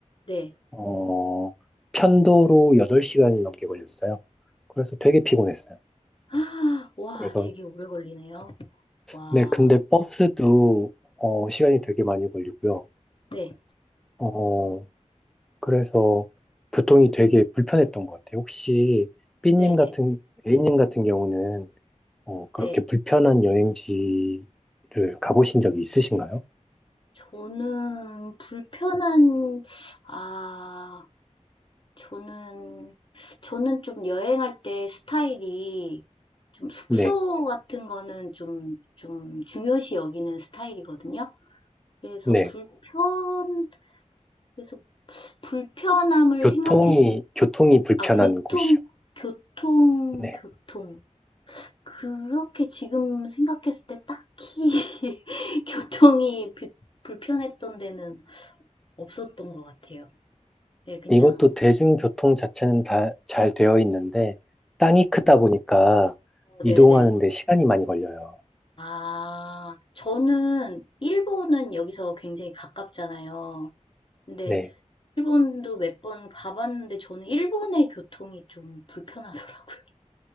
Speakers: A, on the left; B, in the centre.
A: 네.
B: 어, 편도로 8시간이 넘게 걸렸어요. 그래서 되게 피곤했어요.
A: <gasps> 아, 와,
B: 그래서,
A: 되게 오래 걸리네요. 와,
B: 네, 근데 버스도, 어, 시간이 되게 많이 걸리고요.
A: 네,
B: 어, 그래서 교통이 되게 불편했던 것 같아요. 혹시 b
A: 네,
B: 님 같은,
A: 네,
B: A님 같은 경우는 어, 그렇게
A: 네.
B: 불편한 여행지를 가보신 적이 있으신가요?
A: 저는 불편한, 아, 저는, 저는 좀 여행할 때 스타일이 좀 숙소
B: 네,
A: 같은 거는 좀, 좀 중요시 여기는 스타일이거든요. 그래서
B: 네.
A: 불편, 그래서 불편함을
B: 교통이,
A: 생각했을, 때,
B: 교통이 불편한
A: 아, 교통,
B: 곳이요.
A: 교통,
B: 네.
A: 교통. 그렇게 지금 생각했을 때 딱히 <laughs> 교통이 불- 불편했던 데는 없었던 것 같아요. 예, 그냥,
B: 이것도 대중교통 자체는 다 잘 되어 있는데, 땅이 크다 보니까
A: 어,
B: 이동하는데
A: 네네.
B: 시간이 많이 걸려요.
A: 아, 저는 일본은 여기서 굉장히 가깝잖아요. 근데
B: 네.
A: 일본도 몇 번 가봤는데 저는 일본의 교통이 좀 불편하더라고요. <laughs>